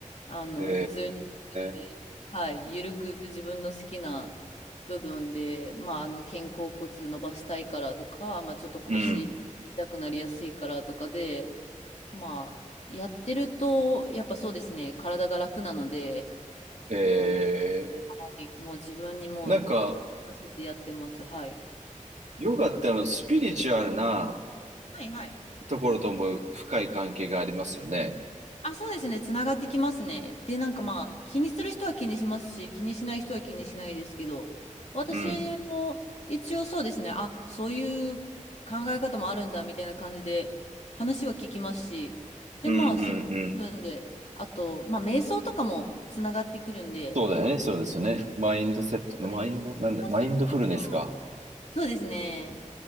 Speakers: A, on the left; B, on the right.
A: あの、
B: へ
A: 普通に一人で、
B: え。
A: はい、ゆるく自分の好きな部分で、まあ、あの、肩甲骨伸ばしたいからとか、まあ、ちょっと腰痛くなりやすいからとかで、
B: うん。
A: まあ、やってると、やっぱそうですね、体が楽なので、
B: へ
A: もう、
B: え。
A: はい、もう自分にもう、
B: なんか、
A: 出せてやってます。はい。
B: ヨガってあの、スピリチュアルな
A: はいはい。
B: ところとも深い関係がありますよね。
A: あ、そうですね、つながってきますね。で、なんかまあ、気にする人は気にしますし、気にしない人は気にしないですけど、私も一応そうですね、
B: うん。
A: あ、そういう考え方もあるんだ、みたいな感じで、話は聞きますし、で、
B: うんうんうん。
A: まあ、そういう部分で、あと、まあ、瞑想とかもつながってくるんで、
B: そうだよね、そうですよね。マインドセットの、
A: そうです。
B: マインド、なんで、
A: そうそうそうそう。
B: マインドフルネスか。
A: そうですね。